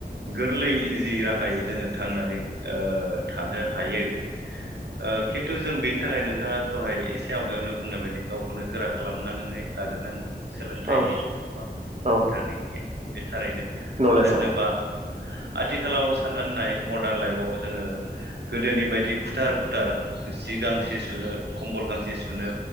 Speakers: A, on the right (about 85°); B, on the right (about 40°).
A: गोरलै इजि राहायै जोङो थांनानै ओ थानो हायो। ओ खिन्थु जों बेनि थाखाय नोंथाङा दहाय एसे आवगायावनो बुंनाय बायदि गावखौनो गोरा खालामनानै लाग्रोनांगोन। सोलोंथाइनि
B: औ
A: बा कम्पिउटारनि
B: औ
A: <unintelligible> थारैनो
B: नलेजाव
A: मानो होनोबा आथिखालाव साननानै होननाय मडार्न लाइफआव जोङो गोदोनि बायदि खुथार खुथार जि गांसे सुनो कम्बल गांसे सुनो